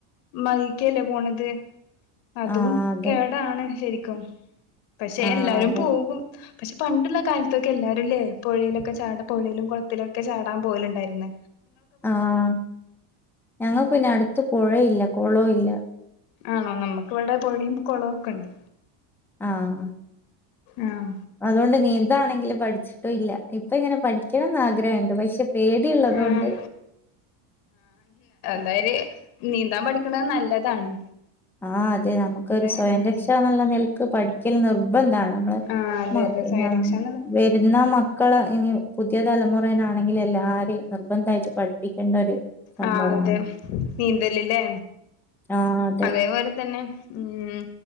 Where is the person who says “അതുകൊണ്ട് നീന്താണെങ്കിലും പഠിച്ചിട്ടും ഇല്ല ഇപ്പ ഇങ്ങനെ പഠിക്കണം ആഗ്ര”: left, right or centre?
Centre